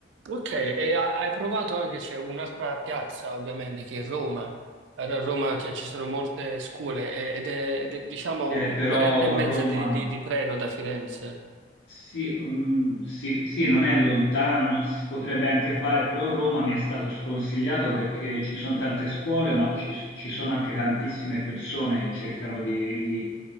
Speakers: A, on the right (about 85°); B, on the left (about 75°).
A: Ok, e ha- hai provato anche, c'è un'altra piazza ovviamente che è Roma. Ad- A Roma cioè, ci sono molte scuole e- ed è, ed è, diciamo
B: Eh,
A: un-
B: però
A: un'oretta e mezza
B: Roma
A: di, di- di treno da Firenze.
B: Sì, ehm, sì, sì, non è lontano, non- si potrebbe anche fare, però Roma mi è stato sconsigliato perché ci sono tante scuole, ma ci, ci sono anche tantissime persone che cercano di, di-